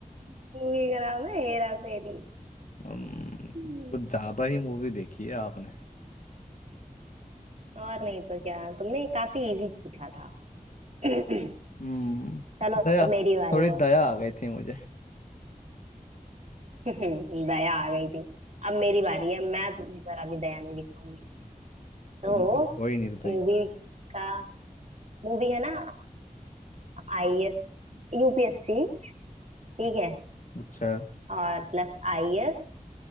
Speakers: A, on the right (about 50°); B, on the left (about 60°).
A: मूवी का नाम है हेरा फेरी
B: हम्म,
A: हम्म,
B: कुछ ज्यादा ही मूवी देखी है आपने
A: और नहीं तो क्या तुमने काफी इजी पूछा था <clears throat>
B: हम्म
A: चलो
B: दया
A: अब मेरी बारी
B: थोड़ी दया
A: है
B: आ गई थी मुझे
A: <laughs> दया आ गई थी अब मेरी बारी है मैं जरा भी दया नहीं दिखाऊंगी तो
B: तुम तो हो ही निर्दयी
A: मूवी का मूवी है ना आईएएस यूपीएससी ठीक है
B: अच्छा
A: और प्लस आईएएस